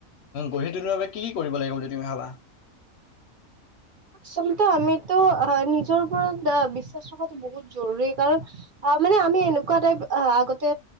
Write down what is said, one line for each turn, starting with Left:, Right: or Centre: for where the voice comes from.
Left: গঢ়ি তুলিবৰ বাবে কি কি কৰিব লাগিব বুলি তুমি ভাবা।
Right: আচলতে আমিতো অ' নিজৰ ওপৰত আহ বিশ্বাস ৰখাতটো বহুত জৰুৰী কাৰণ মানে আমি আমি এনেকুৱা টাইপ আগতে